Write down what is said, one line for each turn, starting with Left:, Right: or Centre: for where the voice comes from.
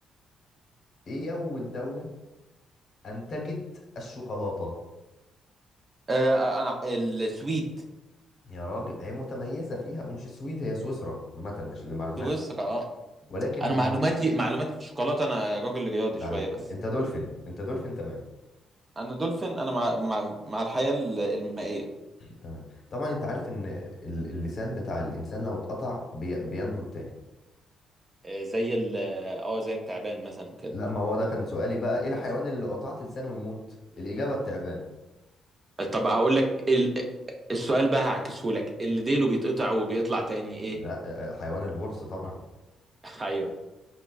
Left: ايه أول دولة أنتجت الشوكولاتة؟
Right: آه، أنا السويد
Left: يا راجل هي متميزة فيها ومش السويد هي سويسرا عامة عشان لمعلوماتك
Right: سويسرا
Left: يعني
Right: آه.
Left: ولكن
Right: أنا
Left: هي
Right: معلوماتي
Left: المكسيك
Right: معلوماتي في الشوكولاتة أنا راجل رياضي
Left: ضعيف
Right: شوية بس
Left: انت دولفين انت دولفين تمام
Right: انا دولفين انا مع مع مع الحياة ال- المائية
Left: تمام طبعا انت عارف ان ال- اللسان بتاع الانسان لو اتقطع بي... بينبت تاني
Right: آه، زي ال اه زي التعبان مثلا وكده
Left: لا ما هو ده كان سؤالي بقى ايه الحيوان اللي قطعت لسانه ويموت الاجابة التعبان
Right: طب هقول لك ال... السؤال بقى هعكسه لك اللي ديله بيتقطع وبيطلع تاني ايه
Left: لا آه، حيوان البرص طبعا
Right: <laughs> ايوه